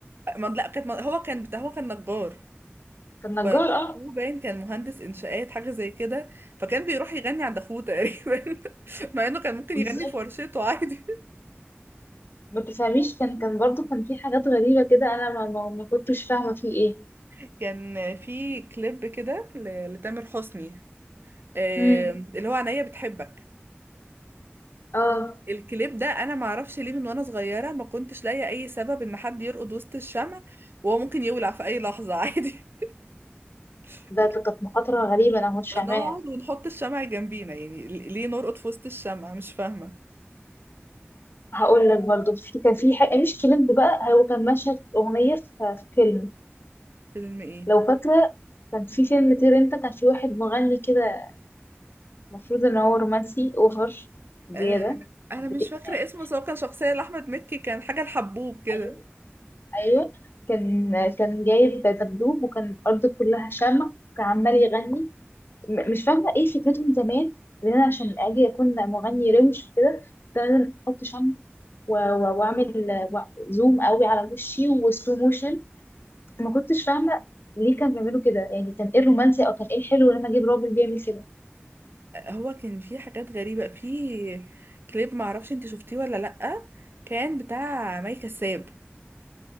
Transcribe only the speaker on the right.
ما- لا كانت من- هو كان بتاع هو كان نجار
و-
وأخوه
باين كان مهندس إنشاءات حاجة زي كده فكان بيروح يغني عند أخوه تقريبا <laughs> مع إنه كان ممكن
يغني في ورشته عادي
<laughs> كان في كليب كده ل- لتامر حسني آه،
اللي هو عينيا بتحبك
الكليب ده انا ما اعرفش ليه من وانا صغيره ما كنتش لاقيه اي سبب ان حد يرقد وسط الشمع وهو ممكن يولع في اي لحظه عادي <laughs>
ما نقعد ونحط الشمع جنبينا يعني ل- ليه نرقد في وسط الشمع مش فاهمة
فيلم ايه
آه انا
مش فاكرة
اسمه بس هو كان شخصية لأحمد مكي كان حاجة الحبوب كده
آه، هو كان فيه حاجات غريبة في كليب معرفش انت شفتيه ولا لأ كان بتاع مي كساب